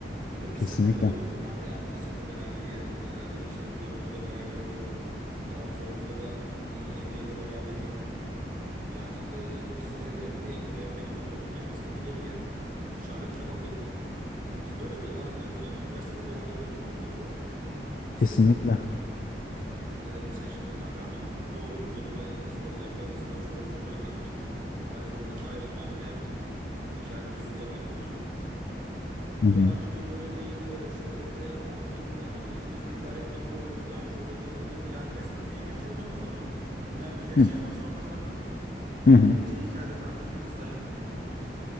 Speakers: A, on the right; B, on the left.
A: Dedim
B: Kesinlikle.
A: biz seninle böyle miydik kanka? Yani biz seninle beraber yerdik, beraber içtik, yokluğu da beraber gördük. Paramız olduğunda da iyi yemeği de beraber yedik. Yani e, biz yeri geldi bir ekmeğe peynir koyduk yedik seninle. Yeri geldi gittik dışarıdan kebap yedik. Biz böyle bir arkadaşlık yani üniversitede böyle arkadaşlık kurmak zordur. Biz
B: Kesinlikle.
A: seninle bunu kurduk. E dedim sen şimdi kanka hani mutlu ol güle güle ister evlen ister çoluk çocuğa karış. Ama dedim iki aylık manita yaptın. İki aydır yüzümüze baktın yok.
B: Hı
A: Ya
B: hı.
A: işte böyle değil de şöyle de ne yapayım da hani ikiniz de idare etmek zor oluyor da şöyle de böyle de yani resmen neye getiriyor biliyor musun lafı? Ben bir tercih
B: Hı
A: yapmak zorunda kaldım.
B: hı. hı.
A: Tercihi iki aydır tanıdığım bir kızla yaptım.